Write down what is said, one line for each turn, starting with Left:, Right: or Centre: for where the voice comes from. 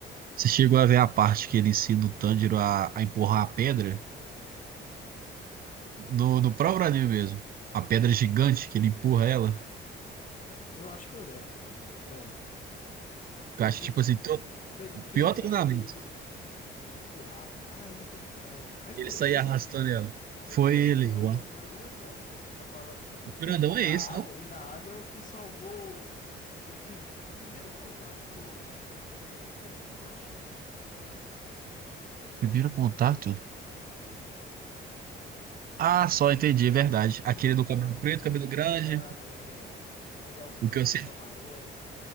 Right: Você chegou a ver a parte que ele ensina o Tanjiro a, a empurrar a pedra? No, no próprio anime mesmo. A pedra gigante que ele empurra ela.
Left: Hum, eu acho que eu lembro, sim. Lembro. Eu
Right: Que eu acho,
Left: vi.
Right: tipo assim, todo,
Left: Não, ele
Right: o
Left: quebra,
Right: pior treinamento.
Left: ele, ele de empurrar. Ah, é verdade. Mas
Right: Ele
Left: foi
Right: sair
Left: ele?
Right: arrastando ela.
Left: Mas
Right: Foi
Left: não foi
Right: ele.
Left: ele não,
Right: O
Left: pô,
Right: o
Left: foi o grandão, pô. Você tá falando, você tá confundindo.
Right: grandão
Left: O da
Right: é esse,
Left: água,
Right: não?
Left: o da água é o que salvou o que o primeiro contato que o que o Tangerino teve com o Hashira.
Right: Primeiro contato?
Left: É, pô.
Right: Ah, só entendi, é verdade.
Left: Aquele
Right: Aquele
Left: que tem
Right: do cabelo
Left: uma, um
Right: preto,
Left: negocinho
Right: cabelo grande.
Left: listrado, é um negócio
Right: O
Left: verde
Right: que eu sei.
Left: com amarelo.